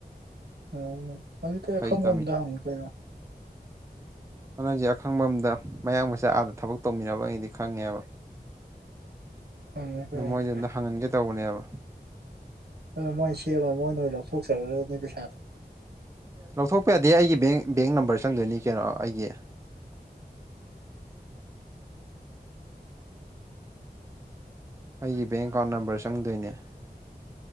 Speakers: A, on the right; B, on the right.
A: ꯎꯝ ꯑꯗꯨꯗꯤ ꯑꯈꯪꯕꯝꯗ
B: ꯍꯩꯇꯕꯅꯤ
A: ꯍꯪꯉꯨ ꯀꯩꯅꯣ
B: ꯗꯨꯅꯦ ꯍꯥꯏꯖꯦ ꯑꯈꯪ ꯕꯝꯗ ꯃꯌꯥꯡ ꯃꯆꯥ ꯑꯥꯗ ꯊꯕꯛ ꯇꯧꯃꯤꯟꯅꯕꯒꯩꯗꯤ ꯈꯪꯉꯦꯕ
A: ꯍꯪꯉꯨ ꯀꯩꯅꯣ
B: ꯃꯣꯏꯗ
A: ꯑꯗꯨꯗꯤ
B: ꯑꯝꯗ ꯍꯪꯉꯟꯒꯦ ꯇꯧꯕꯅꯦꯕ
A: ꯑꯗꯣ ꯃꯣꯏ ꯁꯦꯝꯃ ꯃꯣꯏꯅ ꯑꯣꯏ ꯂꯧꯊꯣꯛꯆꯥꯒꯔꯥꯅꯤ ꯄꯩꯁꯥꯗꯣ
B: ꯂꯧꯊꯣꯛꯄ ꯌꯥꯗꯦ ꯑꯩꯒꯤ ꯕꯦꯡ ꯕꯦꯡ ꯅꯝꯕꯔ ꯆꯪꯗꯣꯏꯅꯤ ꯀꯩꯅꯣ ꯑꯩꯒꯤ ꯑꯩꯒꯤ ꯕꯦꯡ ꯑꯦꯀꯥꯎꯟ ꯅꯝꯕꯔ ꯆꯪꯗꯣꯏꯅꯦ